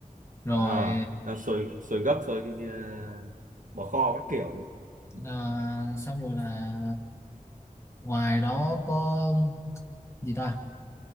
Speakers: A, on the left (about 20°); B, on the right (about 65°).
A: rồi
B: à nó xôi xôi gấc xôi cái ờ, bò kho các kiểu Ừ,
A: à, xong rồi là ngoài đó có gì ta